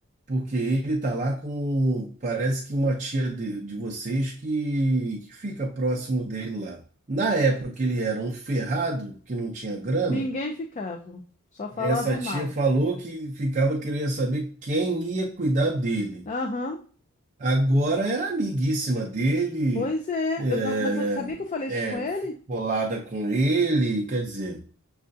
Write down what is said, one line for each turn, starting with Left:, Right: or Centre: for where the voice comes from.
Right: porque ele tá lá com, parece que uma tia de, de vocês que, que fica próximo dele lá. Na época que ele era um ferrado, que não tinha grana,
Left: ninguém ficava, só falavam
Right: essa tia
Left: mal.
Right: falou que ficava querendo saber quem ia cuidar dele.
Left: Aham.
Right: Agora é amiguíssima dele,
Left: Pois é,
Right: é,
Left: eu tava, mas eu sabia que eu falei isso com ele?
Right: é colada com ele, quer dizer.